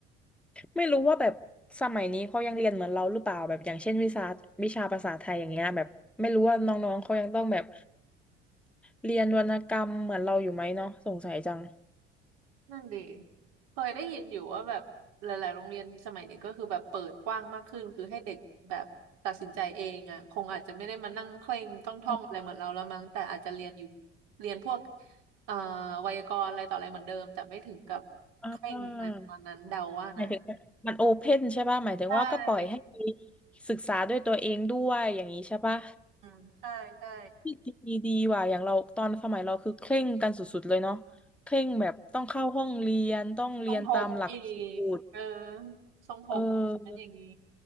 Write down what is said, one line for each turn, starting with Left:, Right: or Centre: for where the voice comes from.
Centre: ไม่รู้ว่าแบบสมัยนี้เขายังเรียนเหมือนเราหรือเปล่าแบบอย่างเช่นวิชาวิชาภาษาไทยอย่างเงี้ยแบบไม่รู้ว่าน้องๆเขายังต้องแบบเรียนวรรณกรรมเหมือนเราอยู่ไหมเนาะสงสัยจัง
Right: นั่นดีเคยได้ยินอยู่ว่าแบบหลายๆโรงเรียนสมัยนี้ก็คือแบบเปิดกว้างมากขึ้นคือให้เด็กแบบตัดสินใจเองอ่ะคงอาจจะไม่ได้มานั่งเคร่งต้องท่องอะไรเหมือนเราแล้วมั้งแต่อาจจะเรียนอยู่
Centre: ออ
Right: เรียนพวกเอ่อไวยากรณ์อะไรต่ออะไรเหมือนเดิมแต่ไม่ถึงกับเคร่งอะไรประมาณนั้นเดาว่านะ
Centre: อ่าหมายถึงมันโอเพ่นใช่ป่ะหมายถึงว่าก็ปล่อยให้ไป
Right: ใช่
Centre: ศึกษาด้วยตัวเองด้วยอย่างนี้ใช่ป่ะ
Right: อืมใช่ใช่
Centre: ที่ดีดีว่ะอย่างเราตอนสมัยเราคือเคร่งกันสุดๆเลยเนาะเคร่งแบบต้องเข้าห้องเรียนต้องเรียนตามหลักสูตร
Right: ทรงผมอีกเออทรงผมอันอย่างนี้
Centre: เออ